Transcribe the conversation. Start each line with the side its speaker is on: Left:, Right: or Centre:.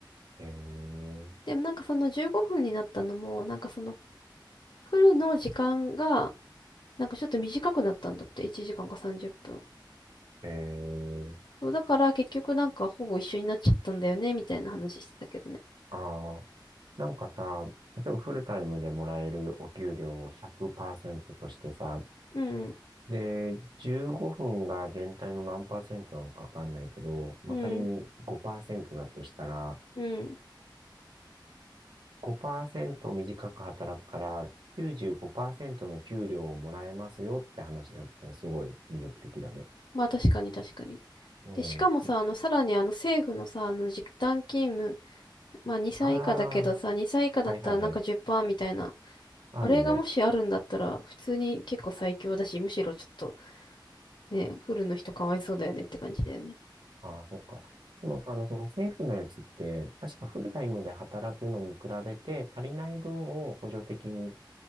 Right: へ
Left: でもなんかその15分になったのも、なんかそのフルの時間が、なんかちょっと短くなったんだって、1時間か30分。
Right: え、へえ、
Left: そうだから結局なんかほぼ一緒になっちゃったんだよね、みたいな話してたけどね。
Right: ああ、なんかさ、例えばフルタイムでもらえるお給料を100%としてさ、
Left: うん
Right: で、15分が全体の何パーセントなのかわかんないけど、まあ、
Left: うん、
Right: 仮に5%
Left: うん、
Right: だとしたら、
Left: うん。
Right: 5%短く働くから95%の給料をもらえますよって話だったらすごい魅力的だね。
Left: まあ確かに確かに。
Right: う
Left: で、しかもさ、
Right: ん。
Left: あの、さらにあの政府のさ、あの時短勤務、まあ2歳以下だけどさ、
Right: ああ、
Left: 2歳以下だったらなんか10%
Right: はいはいはい。
Left: みたいな、
Right: あるね。
Left: あれがもしあるんだったら、普通に結構最強だし、むしろちょっとね、フルの人かわいそうだよねって感じだよね。
Right: ああ、そっか。でも、あの、その政府のやつって、確かフルタイムで働くのに比べて足りない分を補助的に